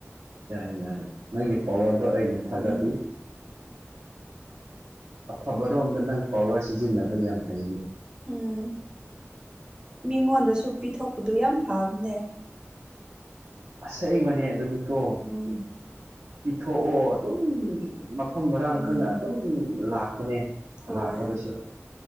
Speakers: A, on the right; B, on the right.
A: ꯌꯥꯏ ꯌꯥꯏ ꯅꯪꯒꯤ ꯄꯋꯥꯔꯗꯣ ꯑꯩꯅ ꯊꯥꯒꯠꯂꯤ
B: ꯎꯝ
A: ꯑꯐꯕꯔꯣꯝꯗ ꯅꯪ ꯄꯋꯥꯔ ꯁꯤꯖꯤꯟꯅꯕ ꯌꯥꯝ ꯍꯩꯅ‌ꯦ
B: ꯎꯝ ꯃꯤꯉꯣꯟꯗꯁꯨ ꯄꯤꯊꯣꯛꯄꯗꯨ ꯌꯥꯝ ꯐꯕꯅꯦ
A: ꯑꯁ‌ꯦꯡꯕꯅꯦ ꯑꯗꯨꯗꯤ ꯀꯣ
B: ꯎꯝ
A: ꯄꯤꯊꯣꯛꯑꯣ ꯑꯗꯨꯝ ꯃꯐꯝ ꯃꯔꯥꯡ
B: ꯎꯝ
A: ꯈꯪꯅ ꯑꯗꯨꯝ ꯂꯥꯛ ꯄꯅꯦ
B: ꯍꯣꯏ
A: ꯂꯥꯛꯄꯗꯁꯨ